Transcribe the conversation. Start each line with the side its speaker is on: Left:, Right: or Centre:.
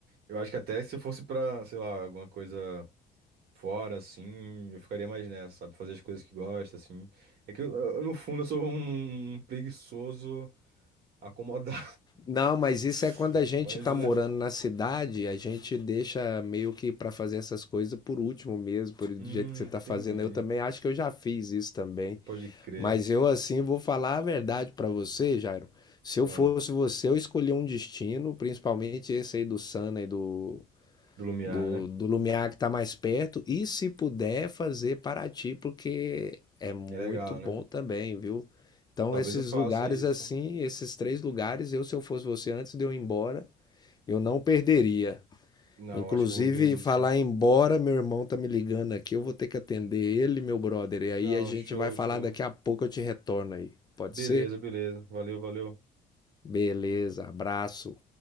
Right: Eu acho que até se fosse pra, sei lá, alguma coisa fora, assim, eu ficaria mais nessa, sabe? Fazer as coisas que gosta, assim. É que, eu, eu, no fundo, eu sou um um preguiçoso acomodado.
Left: Não, mas isso
Right: <laughs>
Left: é quando a gente
Right: Mas
Left: tá
Right: é.
Left: morando na cidade, a gente deixa meio que pra fazer essas coisas por último mesmo, por do
Right: Hum,
Left: jeito que você tá
Right: entendi.
Left: fazendo. Eu também acho que eu já fiz isso também.
Right: Pode crer.
Left: Mas eu, assim, vou falar a verdade pra você, Jairo. Se eu
Right: Ah,
Left: fosse você, eu escolhi um destino, principalmente esse aí do Sana e do,
Right: do Lumiar,
Left: do,
Right: né?
Left: do Lumiar, que tá mais perto. E se puder, fazer Paraty, porque é muito
Right: É legal,
Left: bom
Right: né?
Left: também, viu? Então,
Right: Talvez
Left: esses
Right: eu faça
Left: lugares
Right: isso.
Left: assim, esses três lugares, eu, se eu fosse você, antes de eu ir embora, eu não perderia.
Right: Não,
Left: Inclusive,
Right: acho que eu vou ver isso.
Left: falar embora, meu irmão tá me ligando aqui, eu vou ter que atender
Right: N-
Left: ele, meu brother. E aí
Right: Não,
Left: a gente
Right: show,
Left: vai falar
Right: show.
Left: daqui a pouco, eu te retorno aí. Pode
Right: Beleza,
Left: ser?
Right: beleza. Valeu, valeu.
Left: Beleza, abraço.